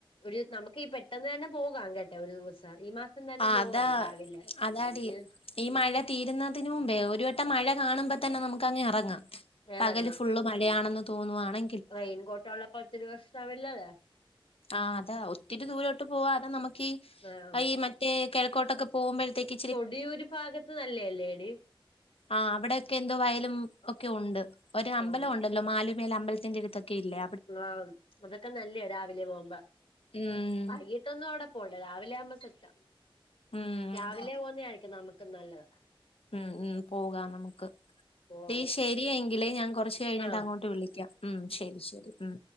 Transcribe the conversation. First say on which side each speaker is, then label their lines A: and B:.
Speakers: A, on the left (about 70°); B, on the left (about 85°).
A: ഒരു നമുക്ക് ഈ പെട്ടെന്ന് തന്നെ പോകാം കെട്ടോ ഒരു ദിവസം ഈ മാസം ഇന്നന്നെ
B: ആഹ്
A: പോകാം
B: അതാ
A: രാവിലെ
B: അതാടി
A: ഇഞ്
B: ഈ മഴ തീരുന്നതിന് മുമ്പേ ഒരു വട്ടം മഴ കാണുമ്പോ തന്നെ നമുക്ക് അങ്ങ് ഇറങ്ങാം
A: എറങ്ങാം
B: പകല് ഫുള്ള് മഴയാണെന്ന് തോന്നുവാണെ
A: റെയിൻകോട്ട് ഉള്ളപ്പൊ ഒത്തിരി പ്രശ്നവില്ലല്ലൊ
B: ആഹ്‌ അതാ ഒത്തിരി ദൂരോട്ട് പോവാതെ നമുക്ക് ഈ
A: ആഹ്
B: ഈ മറ്റേ കെഴക്കോട്ടൊക്കെ പോവുമ്പഴത്തേക്ക്
A: തൊടിയൂര് ഭാഗത്ത് നല്ലേല്ലേ എടി
B: ആഹ് അവിടെൊക്കെ എന്തോ വയലും ഒക്കെ ഉണ്ട് ഒരു അമ്പലം
A: ആഹ്
B: ഉ ണ്ടല്ലോ മാലുമേല അമ്പലത്തിന്റെടുത്തൊക്കെ ഇല്ലെ
A: ആഹ്‌ അതൊക്കെ നല്ല രാവിലെ പോകുമ്പോ
B: ഉം
A: വൈകിട്ട് പെട്ടന്ന അവിടെ പോവണ്ടേ കിട്ടൊന്നും അവിടെ പോണ്ട രാവിലെ ആവുമ്പോ സെറ്റ
B: ഉം
A: രാവിലെ
B: അതാ
A: പോകുന്ന ആയിരിക്കും നമുക്ക് ക്ക് നല്ലത്
B: ഉം ഉം പോകാം നമുക്ക്
A: പോവാ
B: ടീ ശരിയെങ്കില് ഞാൻ കുറച്ച് ച്ച് കഴിഞ്ഞിട്ട്
A: ആഹ്
B: അങ്ങോട്ട് വിളിക്കാം ഉം ശരി ശരി ഉം